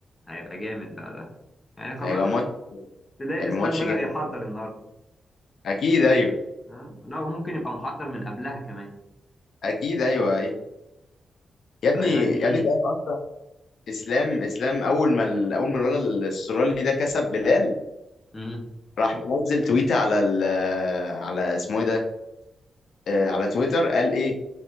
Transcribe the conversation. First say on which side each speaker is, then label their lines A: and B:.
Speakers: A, on the left; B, on the left.
A: هيبقى جامد بقى ده يعني خلاص
B: ده هيبقى ماتش
A: تلاقي
B: هيبقى
A: اسلام
B: ماتش
A: بدأ
B: جامد
A: يحضر
B: قوي
A: النهارده
B: اكيد ايوه
A: آه، لا وممكن يبقى محضر من قبلها كمان
B: اكيد ايوه ايوه يا ابني
A: اللعيبه دي
B: يا ابني انت عارف اصلا اسلام اسلام اول ما ال- اول ما الولد الاسترالي ده كسب بلال
A: مم.
B: راح منزل تويته على ال على اسمه ايه ده آه على تويتر قال ايه